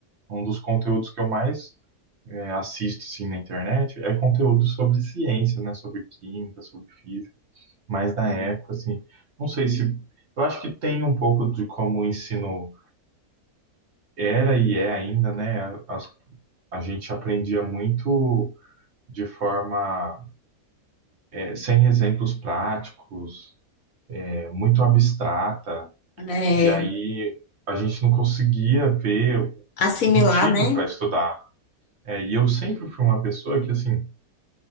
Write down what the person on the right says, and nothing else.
Um dos conteúdos que eu mais é, assisto assim, na internet é conteúdo sobre ciência, né? Sobre química, sobre física. Mas na época, assim, não sei se. Eu acho que tem um pouco de como o ensino era e é ainda, né? As- a gente aprendia muito. de forma eh, sem exemplos práticos, eh, muito abstrata,
e aí a gente não conseguia ver
motivo
para estudar. Eh, e eu sempre fui uma pessoa que, assim,